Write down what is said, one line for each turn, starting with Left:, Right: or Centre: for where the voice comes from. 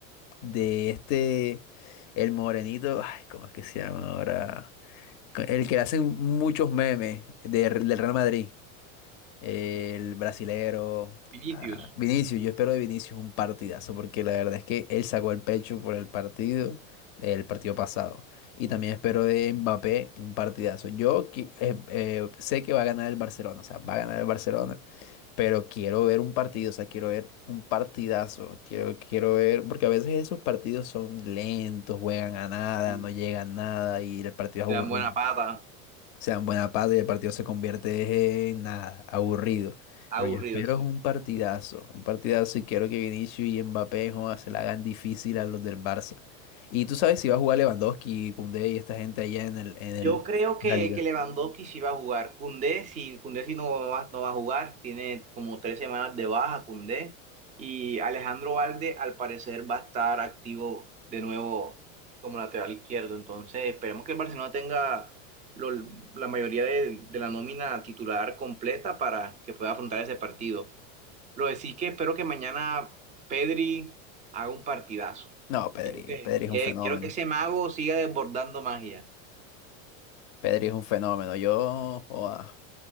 Left: de este, el morenito, ay, ¿cómo es que se llama ahora? Co- El que le hacen muchos memes de- del Real Madrid. el brasilero.
Right: Vinicius.
Left: ah, Vinicius, yo espero de Vinicius un partidazo, porque la verdad es que él sacó el pecho por el partido, el partido pasado. Y también espero de Mbappé un partidazo. Yo qui- eh, eh, sé que va a ganar el Barcelona, o sea, va a ganar el Barcelona, pero quiero ver un partido, o sea, quiero ver un partidazo, quiero, quiero ver, porque a veces esos partidos son lentos, juegan a nada,
Right: Sí.
Left: no llegan a nada y el partido es
Right: Le
Left: aburrido
Right: dan buena pata,
Left: sean buena pata y el partido se convierte en nada, aburrido.
Right: aburrido,
Left: Pero yo espero
Right: sí.
Left: es un partidazo, un partidazo y quiero que Vinicius y Mbappé joda, se la hagan difícil a los del Barça. Y tú sabes si va a jugar Lewandowski, Koundé y esta gente allá en el, en
Right: Yo
Left: el,
Right: creo que,
Left: en la liga.
Right: que Lewandowski sí va a jugar. Koundé sí, Koundé sí no va, no va a jugar. Tiene como tres semanas de baja Koundé. Y Alejandro Valde al parecer va a estar activo de nuevo como lateral izquierdo. Entonces esperemos que el Barcelona tenga lo- la mayoría de, de la nómina titular completa para que pueda afrontar ese partido. Lo de sí que espero que mañana Pedri haga un partidazo.
Left: No, Pedri,
Right: Quiero que,
Left: Pedri es
Right: que,
Left: un fenómeno.
Right: quiero que ese mago siga desbordando magia.
Left: Pedri es un fenómeno. Yo, joda,